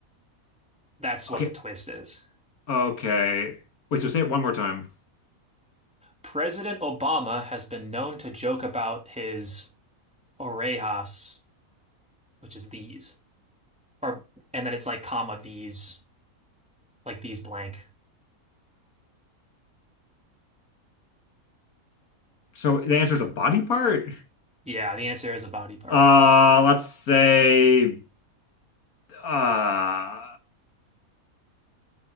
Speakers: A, in the centre; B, on the left.
A: That's what
B: Okay,
A: the twist is.
B: okay. Wait, so say it one more time.
A: President Obama has been known to joke about his orejas, which is these, or and then it's like comma these, like these blank.
B: So the answer is a body part?
A: Yeah, the answer is a body part.
B: Uh, let's say, uh,